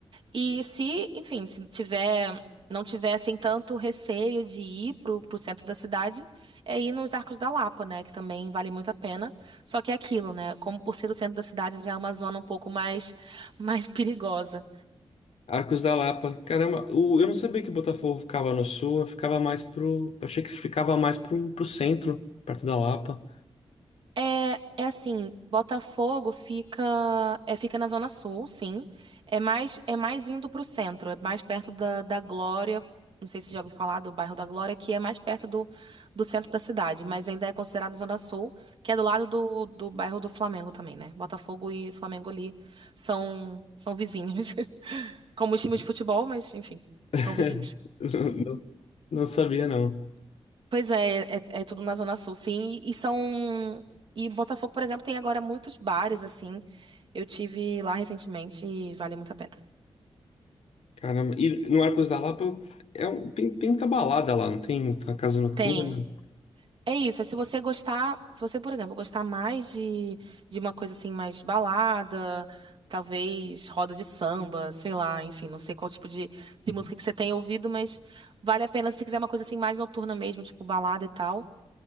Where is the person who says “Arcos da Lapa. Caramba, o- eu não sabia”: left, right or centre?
Left